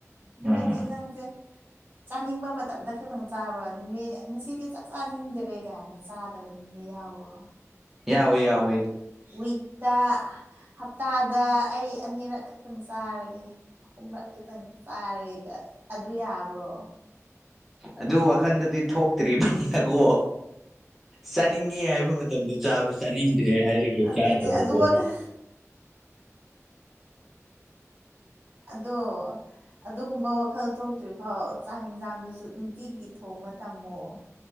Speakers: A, on the right; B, in the centre.
A: ꯗꯨꯔꯗꯗꯤ
B: ꯎꯝ
A: ꯅꯪꯁꯦ ꯆꯥꯅꯤꯡꯕ ꯃꯇꯝꯗ ꯈꯛꯇꯪ ꯆꯥꯔꯣ ꯅꯨꯃꯤꯠ ꯉꯁꯤꯗꯤ ꯆꯥꯛ ꯆꯥꯅꯤꯡꯗ꯭ꯔꯦ ꯀꯥꯏꯅ ꯆꯥꯗꯕ ꯅꯨꯅꯦ ꯌꯥꯎ꯭ꯔꯣ
B: ꯌꯥꯎꯋꯦ ꯌꯥꯎ
A: ꯋꯤꯛꯇ ꯍꯞꯇꯥꯗ ꯑꯩ ꯑꯅꯤꯔꯛ ꯈꯛꯇꯪ ꯆꯥꯔꯒꯦ ꯑꯍꯨꯝꯔꯛ ꯈꯛꯇꯪ ꯆꯥꯔꯒꯦꯒ ꯑꯗꯨ ꯌꯥꯕ꯭ꯔꯣ
B: ꯑꯗꯨ ꯋꯥꯈꯟꯗꯗꯤ ꯊꯣꯛꯇ꯭ꯔꯤꯕꯅꯤꯅꯀꯣ ꯆꯥꯅꯤꯡꯉꯤ ꯍꯥꯏꯕ ꯃꯇꯝꯗ ꯆꯥꯕ ꯆꯥꯅꯤꯡꯗ꯭ꯔꯦ ꯍꯥꯏꯔꯒ
A: ꯑꯗꯨꯅꯦ
B: ꯆꯥꯗꯕꯀꯣ
A: ꯑꯗꯨ ꯋꯥꯈꯜ ꯑꯗꯣ ꯑꯗꯨꯒꯨꯝꯕ ꯋꯥꯈꯜ ꯊꯣꯛꯇ꯭ꯔꯤꯐꯥꯎ ꯆꯥꯛ ꯌꯦꯟꯁꯥꯡꯗꯨꯁꯨ ꯅꯨꯡꯇꯤꯒꯤ ꯊꯣꯡꯕ ꯇꯝꯃꯣ